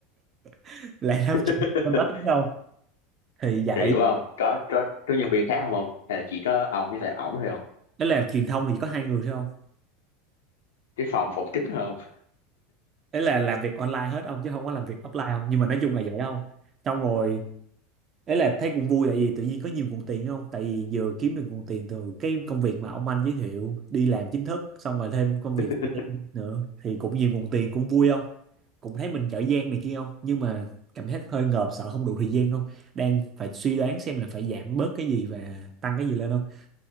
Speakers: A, on the right; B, on the left.
A: <laughs> lại làm
B: <laughs>
A: chuyện bên đó tiếp đâu thì vậy
B: Rồi hiểu không có, có có nhân viên khác không không hay là chỉ có ông với lại ổng thôi không
A: đó là truyền thông thì chỉ có hai người thôi không
B: cái phòng phòng chính thôi không
A: ấy là làm việc online hết ông chứ không có làm việc offline không nhưng mà nói chung là vậy không xong rồi ấy là thấy cũng vui tại vì tự nhiên có nhiều nguồn tiền không tại vì vừa kiếm được nguồn tiền từ cái công việc mà ông anh giới thiệu đi làm chính thức xong rồi thêm công việc
B: <laughs>
A: freelance nữa thì cũng nhiều nguồn tiền cũng vui không cũng thấy mình giỏi giang này kia không nhưng mà cảm giác hơi ngợp sợ không đủ thời gian không đang phải suy đoán xem là phải giảm bớt cái gì và tăng cái gì lên không